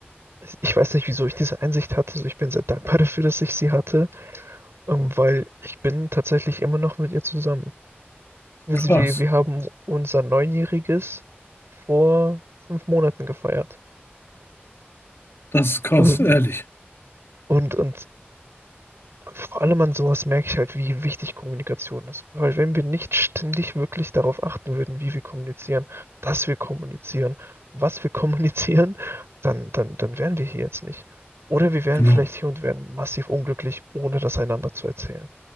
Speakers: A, on the right (about 85°); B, on the left (about 80°).
A: ich weiß nicht, wieso ich diese Einsicht hatte. Also ich bin sehr dankbar dafür, dass ich sie hatte, ähm, weil ich bin tatsächlich immer noch mit ihr zusammen. Wir,
B: krass,
A: sie- wir wir haben unser Neunjähriges vor fünf Monaten gefeiert.
B: das ist krass,
A: Und,
B: ehrlich.
A: und, und vor allem an sowas merke ich halt, wie wichtig Kommunikation ist. Weil wenn wir nicht ständig wirklich darauf achten würden, wie wir kommunizieren, dass wir kommunizieren, was wir <laughs> kommunizieren, dann, dann, dann wären wir hier jetzt nicht. Oder wir wären
B: Genau,
A: vielleicht hier und wären massiv unglücklich, ohne das einander zu erzählen.